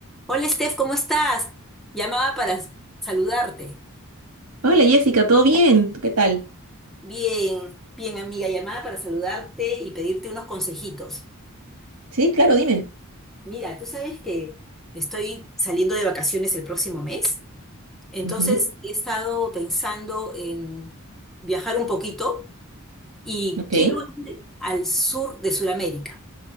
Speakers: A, in the centre; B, on the right (about 80°).
A: Hola Steph, ¿cómo estás? Llamaba para s- saludarte.
B: Hola Jessica, ¿todo bien? ¿Tú qué tal?
A: Bien, bien amiga, llamaba para saludarte y pedirte unos consejitos.
B: Sí, claro, dime.
A: Mira, tú sabes que estoy saliendo de vacaciones el próximo mes, entonces
B: Ujú,
A: he estado pensando en viajar un poquito y
B: ok.
A: quiero ir al sur de Sudamérica.